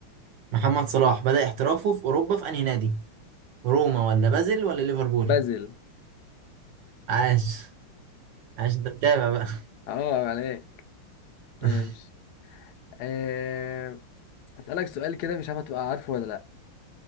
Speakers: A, on the right (about 75°); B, on the left (about 70°).
A: محمد صلاح بدأ احترافه في اوروبا في انهي نادي؟ روما ولا بازل ولا ليفربول؟
B: بازل
A: عاش عاش انت متابع بقى
B: اه عليك
A: <laughs>
B: ماشي آه... اسالك سؤال كده مش عارف هتبقى عارفه ولا لا